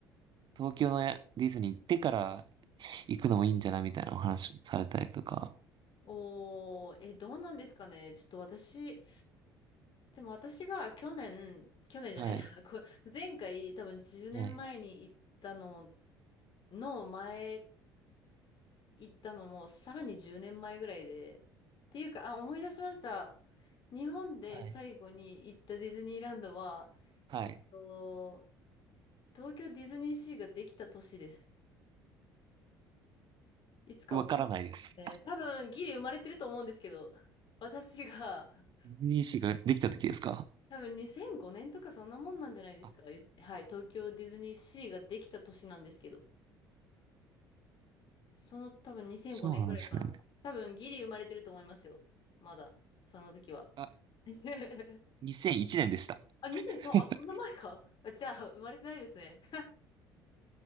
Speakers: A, on the right; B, on the left.
A: 東京のやディズニー行ってから行くのもいいんじゃないみたいなお話されたりとか。
B: おー、え、どうなんですかね。ちょっと私、でも私が去年、去年じゃないや、
A: はい。
B: <laughs> こ前回多分10年前に行ったの
A: はい。
B: の前行ったのもさらに10年前ぐらいで。っていうか、あ、思い出しました。日本で最後に行ったディズニーランドは、
A: はい。はい。
B: と東京ディズニーシーができた年です。いつかわかんない
A: わからないです。
B: ね。多分ギリ生まれてると思うんですけど、私が
A: NEC ができた時ですか
B: 多分2005年とかそんなもんなんじゃないですか。
A: あ、
B: はい、東京ディズニーシーができた年なんですけど。その多分2005年ぐらいかな。
A: そうなんですね。
B: 多分ギリ生まれてると思いますよ。まだ。その時は。
A: あ、
B: <laughs>
A: 2001年でした。
B: あ、
A: <laughs>
B: 2000、そう、あ、そんな前か。あ、じゃあ、生まれてないですね。